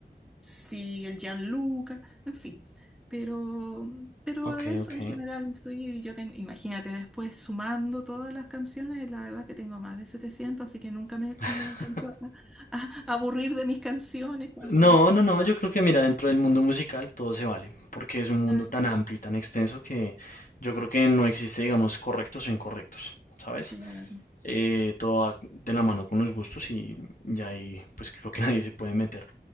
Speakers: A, in the centre; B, on the left.
A: Sí, el Gianluca, en fin. Pero, pero
B: Ok,
A: eso
B: ok.
A: en general, soy, yo tengo, imagínate, después sumando todas las canciones, la verdad que tengo más de 700 así que nunca me,
B: <laughs>
A: me alcanzó a, a- a aburrir de mis canciones cuando...
B: No, no, no, yo creo que mira, dentro del mundo musical todo se vale, porque es un mundo
A: Claro,
B: tan amplio y tan extenso que yo creo que no existe, digamos, correctos o incorrectos, ¿sabes?
A: claro.
B: Eh, todo va de la mano con los gustos y ya ahí pues creo que <laughs> nadie se puede meter.